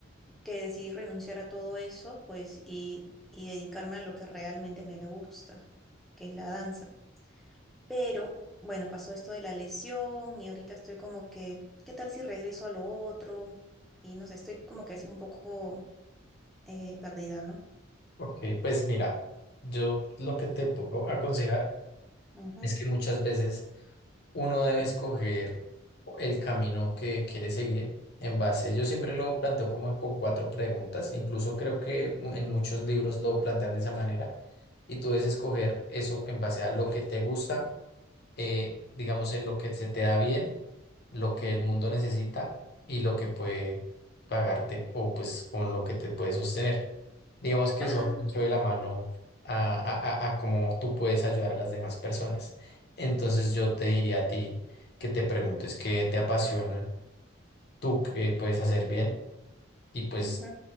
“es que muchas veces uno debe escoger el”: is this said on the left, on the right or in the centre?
Left